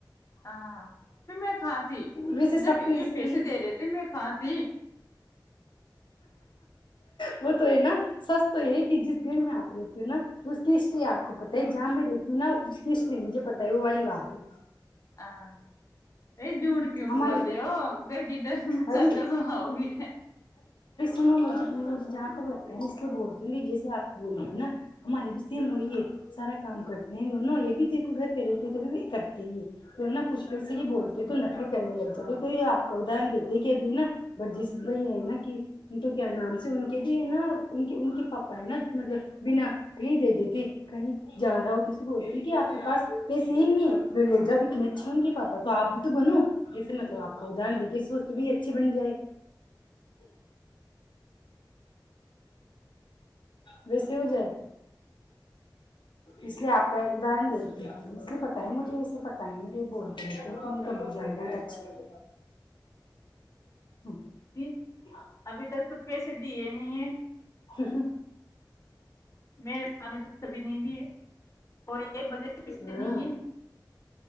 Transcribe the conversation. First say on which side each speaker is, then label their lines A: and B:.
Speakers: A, on the left; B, on the left.
A: ہاں پ میں کھا ت
B: ویسے سب
A: جب
B: کی ویسے
A: یہ پیسے
B: ہی
A: دے رہے تھے میں کھا ت
B: وہ تو ہے نا سس تو ہے کہ جس گھر میں آپ رہتی ہو نا اس کی ہسٹری آپ کو پت ہے جامع کیوں نا اس کیسری مجھے پتا ہے وہ والی بات ہے
A: آاں نہیں جوٹ کیوں
B: ہماری
A: بولتے ہو گڑکیڈا
B: ارے
A: سمڈا سوؤ گی
B: جھ مجھے جہاں تک لگتا ہے میں اس لیے بولتی ہوں گ جیے آپ بول رہی ہوں نا ہمارے بھی سیم وہی ہے سارا کام کرتے ہیں دونوں یہ بھی دیکھ گھر پہ رہتی ہے تو کرتے ہی تو ہے نا کچھ ک سے ہی بولتیوں تو نخرے کرنے لگ جاتے تو یہ آپ کا ادہر دیتے کہ اب نا ب جس بھائی یہ ہے نا کہ تو کیا نام سے ان کے جو ہے نا ان کے ان کے پاپا ہے نا مطلب بنا کہیں دے دیتے کہیں جا رہا ہو تو اسے بولتے کہ آپ کے پاس پیسے ہی نہیں ہے جو لے جاؤ ات اچے ہیں ان کے پاپ تو آپ بھی تو بنو ویسے مطلب آپ کا ادرن دیک کے سوچتے ب اچھی بن جائے بیسی جائے اس لیے آپ کا ادرن دورتی اس لیے پتا ہے مجھے ایسے پتا ہی نہیں یہ بولتےے ب جا بہت اچھی ل ہ
A: پھر ابھی تک تو پیسے دیے نہیں ہوں
B: ہ ہ
A: میرے سان سبھی نیند ہے اور یہ بد کس سے
B: ہاں
A: نہیں ہے